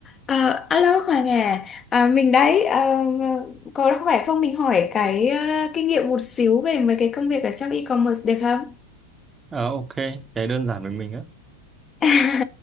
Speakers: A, on the left (about 25°); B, on the right (about 20°).
A: À, alo Hoàng à, à mình đấy à, có khỏe không mình hỏi cái à, kinh nghiệm một xíu về mấy cái công việc ở trong e-commerce được không?
B: Ờ, ok, cái đơn giản với mình á.
A: <laughs>